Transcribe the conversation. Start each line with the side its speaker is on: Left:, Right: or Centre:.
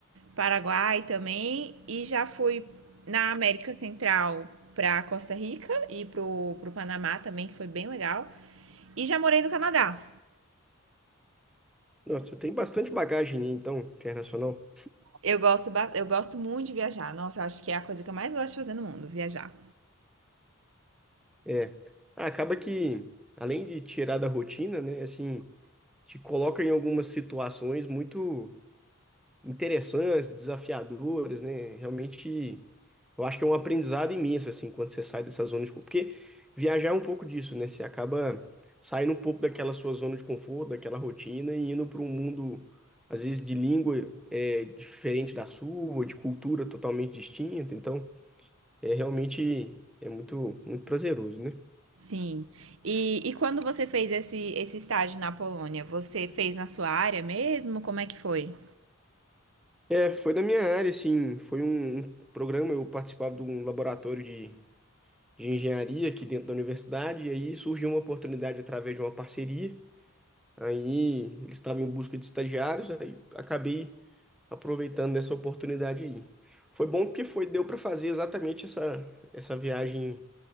Right: Paraguai também, e já fui na América Central para Costa Rica e pro, pro Panamá também, que foi bem legal. E já morei no Canadá.
Centre: Nossa, você tem bastante bagagem, então, internacional.
Right: Eu gosto, ba- eu gosto muito de viajar. Nossa, eu acho que é a coisa que eu mais gosto de fazer no mundo, viajar.
Centre: É. Ah, acaba que, além de tirar da rotina, né? Assim. te coloca em algumas situações muito interessantes, desafiadoras, né? Realmente, eu acho que é um aprendizado imenso, assim, quando você sai dessa zona de conforto. Porque viajar é um pouco disso, né? Você acaba saindo um pouco daquela sua zona de conforto, daquela rotina e indo para um mundo, às vezes, de língua é, diferente da sua, de cultura totalmente distinta. Então, é realmente é muito, muito prazeroso, né?
Right: Sim. E, e quando você fez esse, esse estágio na Polônia, você fez na sua área mesmo? Como é que foi?
Centre: É, foi da minha área, assim, foi um um programa, eu participava de um laboratório de de engenharia aqui dentro da universidade, e aí surgiu uma oportunidade através de uma parceria. Aí eles estavam em busca de estagiários, aí acabei aproveitando dessa oportunidade aí. Foi bom porque foi, deu para fazer exatamente essa, essa viagem